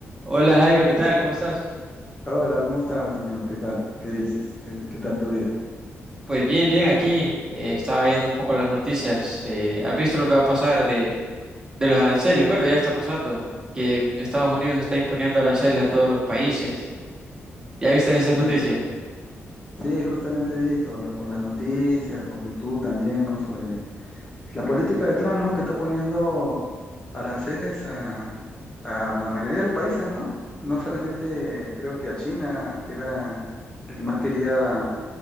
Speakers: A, on the right; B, on the left.
A: Hola Jairo, ¿qué tal? ¿Cómo estás?
B: Hola, ¿cómo estás, amigo? ¿Qué tal? ¿Qué dices? ¿Qué, qué tal tu día?
A: Pues bien, bien, aquí eh, estaba viendo un poco las noticias. eh, ¿has visto lo que va a pasar de, de los aranceles? Bueno, ya está pasando, que Estados Unidos está imponiendo aranceles a todos los países. ¿Ya viste esas
B: Sí,
A: noticias?
B: sí, justamente he visto por las noticias, por YouTube también, ¿no? Sobre la política de Trump, ¿no? Que está poniendo aranceles a, a la mayoría de los países, ¿no? No solamente creo que a China, que era el que más quería